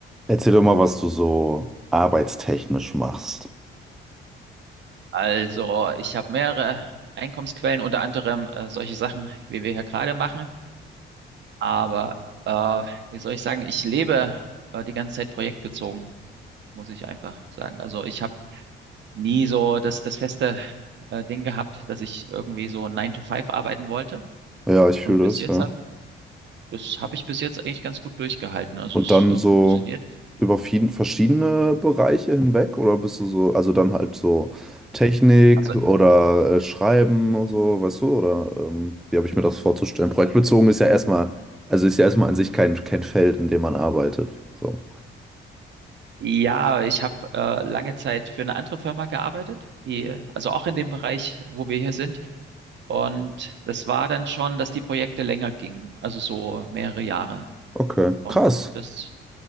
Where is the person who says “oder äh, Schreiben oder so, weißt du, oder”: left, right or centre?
Centre